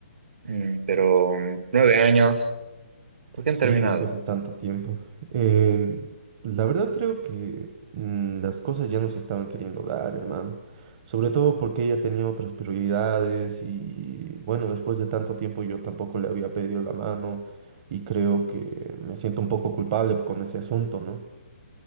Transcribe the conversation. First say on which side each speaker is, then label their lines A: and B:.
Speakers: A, on the right (about 60°); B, on the right (about 30°).
A: Mm, pero mm, nueve años, ¿por qué
B: Sí,
A: han terminado?
B: después de tanto tiempo. Eh, la verdad creo que mm, las cosas ya no se estaban queriendo dar, hermano. Sobre todo porque ella tenía otras prioridades y bueno, después de tanto tiempo yo tampoco le había pedido la mano y creo que me siento un poco culpable con ese asunto, ¿no?